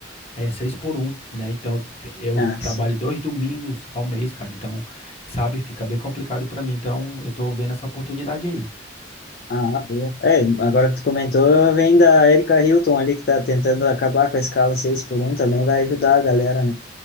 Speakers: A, on the left; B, on the left.
A: É seis por um, né? Então eu
B: Ah,
A: eu trabalho
B: sim.
A: dois domingos ao mês, cara. Então, sabe, fica bem complicado pra mim. Então, eu tô vendo essa oportunidade aí.
B: Ah, boa. É, agora que tu comentou, vem da Erika Hilton ali, que tá tentando acabar com a escala 6 por um também vai ajudar a galera, né?